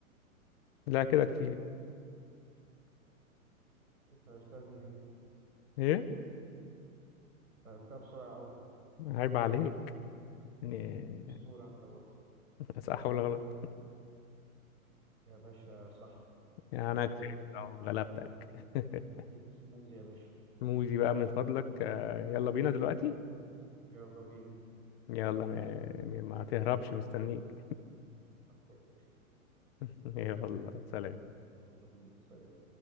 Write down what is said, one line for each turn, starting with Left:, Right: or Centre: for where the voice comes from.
Left: لا كده كتير
Right: انت عرفتها منين إنت
Left: ايه
Right: عرفتها بسرعة أوي
Left: عيب عليك يعني
Right: أسطورة أنت برضه
Left: صح ولا غلط
Right: يا باشا صح
Left: يعني
Right: كده
Left: انا
Right: أنت
Left: كسبت
Right: ليك
Left: أهو، غلبتك <laughs>
Right: سموز يا باشا
Left: موزي بقى من فضلك آه، يلا بينا دلوقتي
Right: يلا بينا
Left: يلا ما, ما تهربش
Right: يلا
Left: مستنيك
Right: بينا.
Left: <laughs> يلا سلام
Right: يلا بينا. سلام.